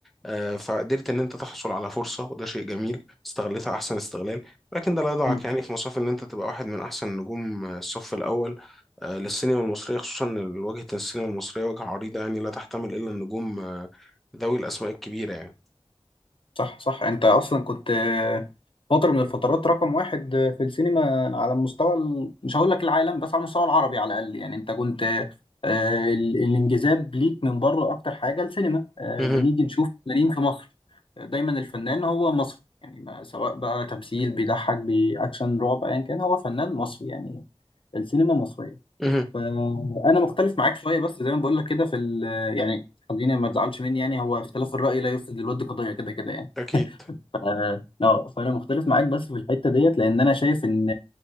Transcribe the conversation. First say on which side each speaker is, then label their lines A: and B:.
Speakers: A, in the centre; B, on the left (about 60°).
A: آه، فقدرت إن أنت تحصل على فرصة وده شيء جميل استغلتها أحسن استغلال لكن ده لا يضعك
B: مم.
A: يعني في مصاف إن أنت تبقى واحد من أحسن نجوم آه، الصف الأول آه، للسينما المصرية خصوصا إن واجهة السينما المصرية واجهة عريضة يعني لا تحتمل إلا النجوم آه، ذوي الأسماء الكبيرة يعني
B: صح صح انت اصلا كنت فتره من الفترات رقم واحد في السينما على مستوى ال... مش هقول لك العالم بس على المستوى العربي على الاقل يعني انت كنت آه، ال- الانجذاب ليك من بره اكتر حاجه السينما آه،
A: مهم.
B: بنيجي نشوف فنانين في مصر آه، دايما الفنان هو مصري يعني ما سواء بقى تمثيل بيضحك باكشن رعب ايا كان هو فنان مصري يعني السينما مصريه
A: مهم.
B: فانا مختلف معاك شويه بس زي ما بقول لك كده في ال... يعني خليني ما تزعلش مني يعني هو اختلاف الرأي لا يفسد للود قضية كده كده يعني
A: أكيد
B: اه آه، فانا مختلف معاك بس في الحته ديت لان انا شايف ان